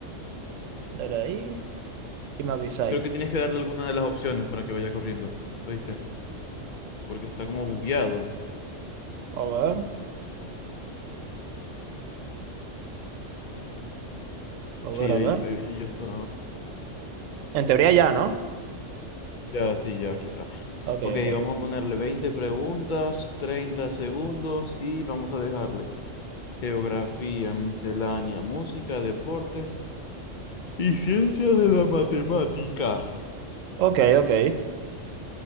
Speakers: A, on the right; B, on the left.
A: Dale ahí y me avisáis.
B: Creo que tienes que darle alguna de las opciones para que vaya corriendo, ¿oíste? Porque está como bugueado.
A: A ver, a ver,
B: Sí,
A: a
B: ahí,
A: ver.
B: ahí ya está.
A: En teoría ya, ¿no?
B: Ya, sí, ya, aquí está.
A: Ok,
B: Ok,
A: ok.
B: vamos a ponerle 20 preguntas, 30 segundos y vamos a dejarle geografía, miscelánea, música, deportes y ciencia de la matemática.
A: Ok, ok.